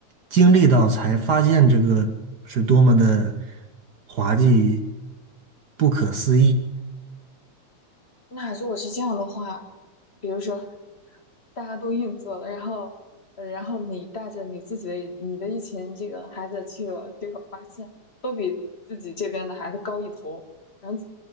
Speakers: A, on the right; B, on the left.
A: 经历到，才发现这个是多么的滑稽、不可思议。
B: 那如果是这样的话，比如说大家都硬座了，然后，呃然后你带着你自己的你的一群这个孩子去了，结果发现都比自己这边的孩子高一头，然后